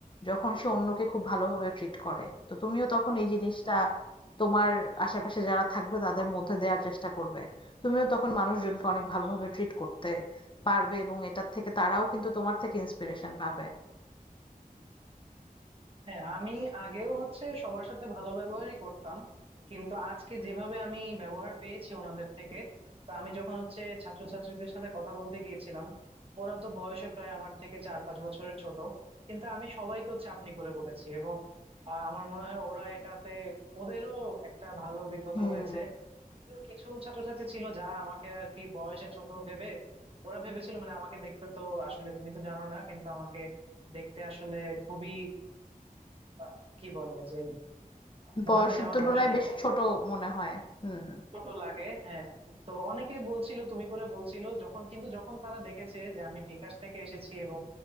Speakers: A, on the left (about 35°); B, on the right (about 40°).
A: যখন সে অন্যকে খুব ভালোভাবে ট্রিট করে তো তুমিও তখন এই জিনিসটা তোমার আশেপাশে যারা থাকবে তাদের মধ্যে দেওয়ার চেষ্টা করবে তুমিও তখন মানুষজনকে অনেক ভালোভাবে ট্রিট করতে পারবে এবং এটার থেকে তারাও কিন্তু তোমার থেকে ইন্সপিরেশন পাবে
B: হ্যাঁ আমি আগেও হচ্ছে সবার সাথে ভালো ব্যবহারই করতাম কিন্তু আজকে যেভাবে আমি ব্যবহার পেয়েছি ওনাদের থেকে তো আমি যখন হচ্ছে ছাত্রছাত্রীদের সাথে কথা বলতে গিয়েছিলাম ওরা তো বয়সে প্রায় আমার থেকে চার পাঁচ বছরের ছোট কিন্তু আমি সবাইকে হচ্ছে আপনি করে বলেছি এবং আহ, আমার মনে হয় ওরা এটাতে ওদেরও একটা ভালো অভিজ্ঞতা
A: হুম
B: হয়েছে যদিও কিছু ছাত্রছাত্রী ছিল যারা আমাকে আর কি বয়সে ছোট ভেবে ওরা ভেবেছিল মানে আমাকে দেখতে তো আসলে তুমি তো জানো না কিন্তু আমাকে দেখতে আসলে খুবই আহ, কি বলে যে
A: বয়সের
B: মনে হয় যে আমার
A: তুলনায়
B: বয়স অনেক
A: বেশ
B: কম,
A: ছোট মনে হয় হুম
B: ছোট লাগে হ্যাঁ তো অনেকে বলছিল তুমি করে বলছিল যখন কিন্তু যখন তারা দেখেছে যে আমি বিকাশ থেকে এসেছি এবং